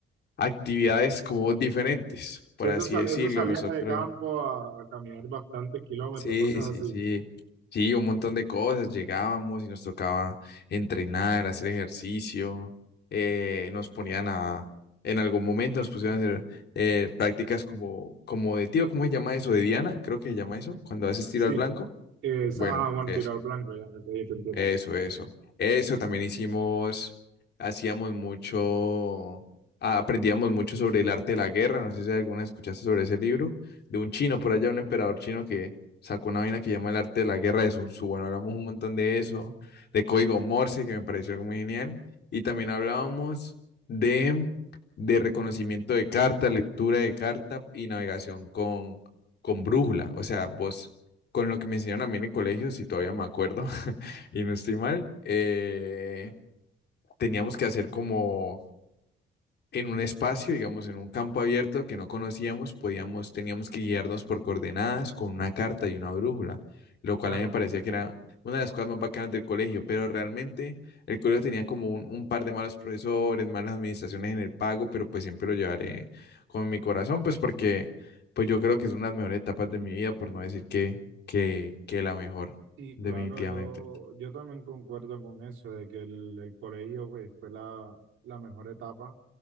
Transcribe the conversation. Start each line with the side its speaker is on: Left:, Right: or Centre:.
Left: actividades como diferentes, por
Right: Sí, esa,
Left: así
Right: sal-
Left: decirlo.
Right: esa salida
Left: Nosotros
Right: de campo a, a caminar bastantes kilómetros,
Left: Sí,
Right: cosas
Left: sí,
Right: así.
Left: sí. Sí, un montón de cosas. Llegábamos y nos tocaba entrenar, hacer ejercicio. eh, nos ponían a, en algún momento nos pusieron a hacer eh, prácticas como, como de tiro, ¿cómo se llama eso? De Diana, creo que se llama eso, cuando haces tiro
Right: Sí,
Left: al blanco.
Right: esa,
Left: Bueno,
Right: ah, bueno,
Left: eso.
Right: tirar blanco, ya, ya te entiendo.
Left: Eso, eso. Eso también hicimos, hacíamos mucho, ah, aprendíamos mucho sobre el arte de la guerra. No sé si alguna escuchaste sobre ese libro, de un chino por allá, un emperador chino que sacó una vaina que llama el arte de la guerra de Sun Tzu. Bueno, hablamos un montón de eso, de código Morse, que me pareció algo muy genial. Y también hablábamos de, de reconocimiento de carta, lectura de carta y navegación con, con brújula. O sea, vos, con lo que me enseñaron a mí en el colegio, si todavía me acuerdo y no estoy mal, eh, teníamos que hacer como en un espacio, digamos, en un campo abierto que no conocíamos, podíamos, teníamos que guiarnos por coordenadas con una carta y una brújula, lo cual
Right: Claro.
Left: a mí me parecía que era una de las cosas más bacanas del colegio, pero realmente el colegio tenía como un, un par de malos profesores, malas administraciones en el pago, pero pues siempre lo llevaré con mi corazón, pues porque pues yo creo que es una de las mejores etapas de mi vida, por no decir que, que, que la mejor,
Right: Sí,
Left: definitivamente.
Right: claro, yo, yo también concuerdo con eso, de que el, el colegio pues, fue la, la mejor etapa